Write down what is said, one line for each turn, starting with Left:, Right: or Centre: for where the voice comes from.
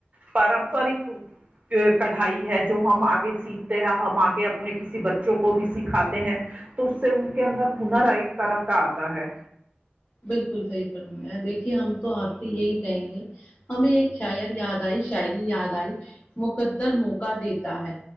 Right: پارمپارک کڑھائی ہے جو ہم آگے سیکھتے ہیں ہم آگے اپنے کسی بچوں کو بھی سکھاتے ہیں تو اس سے ان کے اندر ہنر ایک طرح کا آتا ہے
Left: بالکل صحیح فرمایا دیکھیے ہم تو آپ کو یہی کہیں گے ہمیں ایک شاعر یاد آئی شاعری یاد آئی مقدر موقع دیتا ہے